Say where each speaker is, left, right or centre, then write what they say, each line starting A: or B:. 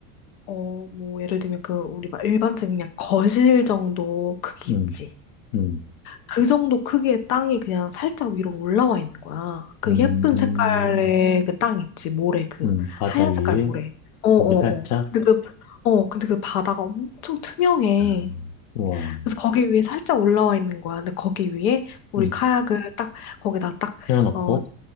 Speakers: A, on the left; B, on the left.
A: 어 뭐 예를 들면 그 우리 막 일반적인 그냥 거실 정도 크기
B: 음,
A: 있지.
B: 음,
A: 그 정도 크기의 땅이 그냥 살짝 위로 올라와 있는 거야. 그
B: 음,
A: 예쁜 색깔의 그 땅 있지, 모래, 그
B: 음, 바다
A: 하얀
B: 위에
A: 색깔 모래. 네. 어, 어,
B: 고개 살짝,
A: 어. 근데 그, 어, 근데 그 바다가 엄청 투명해.
B: 음, 우와,
A: 그래서 거기 위에 살짝 올라와 있는 거야. 근데 거기 위에 우리
B: 음,
A: 카약을 딱, 거기다 딱,
B: 세워놓고,
A: 어,